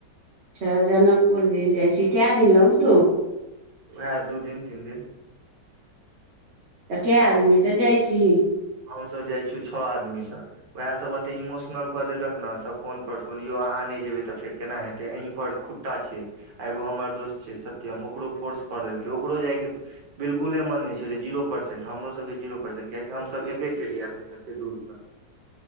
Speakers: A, on the right; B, on the right.
A: अच्छा जनकपुर दिस जै छी कै दिन लगतौ
B: उहै दू दिन तीन दिन
A: तऽ कै आदमी से जाइ छीही
B: हम सब जाइ छियौ छ आदमी सो वेह सब एते इमोशनल कऽ देलक न सब फोन पर बोलियौ अहा नै जेबै त फेर केना हेत एहिं खुटटा छै एगो हमर दोस्त छै सत्य ओकरो फोर्स कर ऐस्ट्रो जैके बिलकुले मन नै छलै जीरो परसेंट हमरो सब के जीरो परसेंट किया कि हम सब एबे केलियै अखनी एते दूरसँ